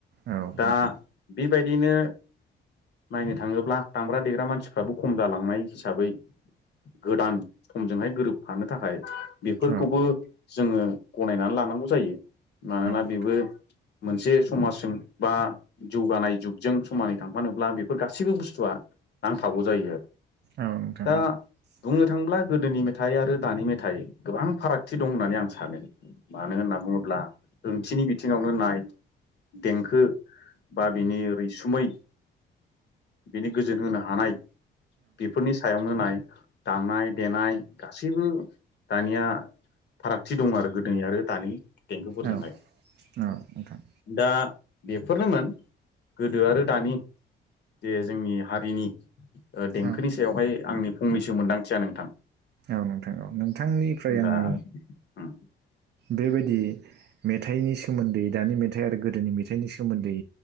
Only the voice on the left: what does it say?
दा बेबायदिनो नायनो थाङोब्ला दामग्रा देग्रा मानसिफ्राबो खम जालांनाय हिसाबै गोदान समजोंहाय गोरोबफानो थाखाय बेफोरखौबो
जोङो गनायनानै लानांगौ जायो मानोना
बेबो मोनसे समाजजों बा जौगानाय जुगजों समानै थांफानोब्ला बेफोर गासैबो बुस्थुआ नांथागौ जायो आरो।
दा
बुंनो थाङोब्ला गोदोनि मेथाइ आरो दानि मेथाइ गोबां फारागथि दं होननानै आं सानो। मानो होनना बुङोब्ला ओंथिनि बिथिङावनो नाय। देंखो बा बिनि रओैसुमै। बिनि गोजोन होनो हानाय बेफोरनि सायावनो नाय। दामनाय देनाय। गासैबो दानिया फारागथि दं आरो गोदोनि आरो दानि। देंखोफोरजोंहाय
दा बेफोरनोमोन गोदो आरो दानि जे जोंनि हारिनि देंखोनि
सायावहाय आंनि फंनैसो मोनदांथिया नोंथां।
दा उम